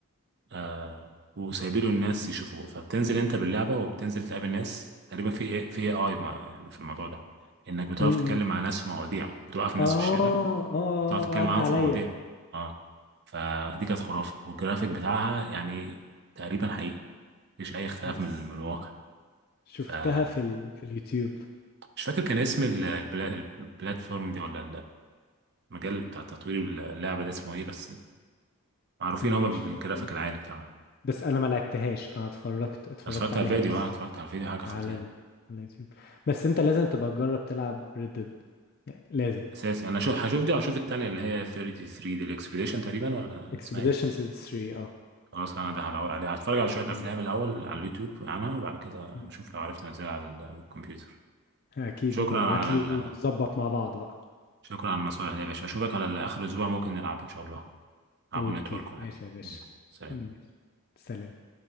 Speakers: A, on the right; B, on the left.
A: آه وسايبينه الناس يشوفوه فبتنزل انت باللعبه وبتنزل تقابل ناس تقريبا في ايه في اي اي يعني في الموضوع ده انك بتقف
B: امم
A: تتكلم مع ناس في مواضيع بتوقف الناس
B: اه
A: في الشارع
B: اه
A: وتقعد تتكلم
B: عدى
A: معاهم
B: عليا
A: في مواضيع اه فدي كانت خرافه والجرافيك بتاعها يعني تقريبا حقيقي مفيش اي اختلاف
B: بس
A: من من الواقع
B: شفتها
A: فمش
B: في ال... في اليوتيوب
A: فاكر كان اسم ال- البلا- البلاتفورم دي ولا المجال بتاع تطوير اللعبه ده اسمه ايه بس معروفين
B: انا
A: هما
B: مش
A: بالجرافيك
B: فاكر
A: العالي بتاعهم انا
B: بس انا ما لعبتهاش انا اتفرجت اتفرجت
A: اتفرجت
B: عليها
A: على الفيديو
B: بس
A: اه اتفرجت على الفيديو حاجه
B: على
A: خطيره
B: ال... على اليوتيوب بس انت لازم تبقى تجرب تلعب ريد ديد يعني لازم
A: اساسي انا شو هشوف دي وهشوف التانية اللي هي 33 دي الاكسبيديشن تقريبا ولا
B: اكسبيديشن
A: اسمها ايه
B: 33 اه
A: خلاص لا انا ده هدور عليها هتفرج على شوية
B: ال-
A: افلام الاول على اليوتيوب عنها وبعد كده
B: مم.
A: اشوف لو عرفت انزلها على الكمبيوتر
B: اكيد
A: شكرا
B: وببعت
A: على
B: لي
A: ال...
B: ونظبط مع بعض بقى
A: شكرا على النصائح دي يا باشا اشوفك على اخر الاسبوع ممكن نلعب ان شاء الله نلعبوا
B: اوكي
A: نتورك ولا
B: ماشي
A: حاجة
B: يا باشا
A: يلا سلام
B: مم. سلام